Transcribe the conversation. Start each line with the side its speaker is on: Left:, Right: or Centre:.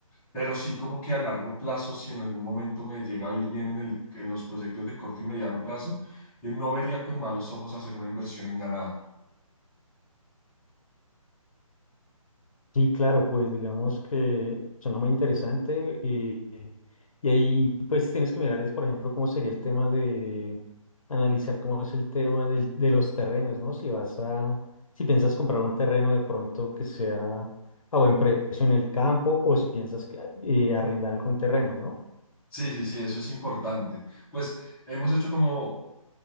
Centre: pero sí como que a largo plazo, si en algún momento me llega a ir bien en el, en los proyectos de corto y mediano plazo, eh, no vería con malos ojos hacer una inversión en ganado.
Left: Sí, claro, pues digamos que suena muy interesante y, y ahí pues tienes que mirar es, por ejemplo, cómo sería el tema de analizar cómo es el tema del- de los terrenos, ¿no? Si vas a, si piensas comprar un terreno de pronto que sea a buen precio en el campo o si piensas que, eh, arrendar algún terreno, ¿no?
Centre: Sí, sí, sí, eso es importante. Pues hemos hecho como